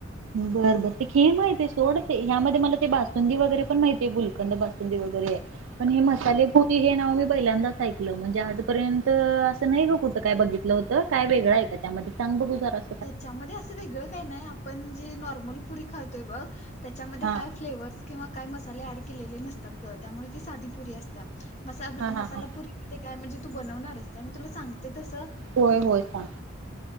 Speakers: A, on the right; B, on the left.
A: बरं बर. ते खीर माहतीे सोड. ते ह्यामध्ये मला ते बासुंदी वगैरे पण माहितीये. गुलकंद बासुंदी वगैरे. पण हे
B: हा
A: मसालेपुरी हे नाव मी पहिल्यांदाच ऐकलं. म्हणजे इआजपर्यंत असं नाही ग कुठं काय बघितलं होतं. काय वेगळं का त्यामध्ये? सांग बगू जरास.
B: त्याच्यामध्ये असं वेगळं काही नाही. आपण जे नॉर्मल पुरी खातातोय बघ. त्याच्यामध्ये
A: हा
B: काय, फ्लेवर्स किंवा काय मसाले ऍड केलेले नसतात ग. त्यामुळे ती साधीपुरी असते. म
A: हा
B: मसाला
A: हा हा
B: पुरीमध्ये काय, म्हणजे तू बनवणारे काय मी तुला सांगते तस.
A: होय होय सांग.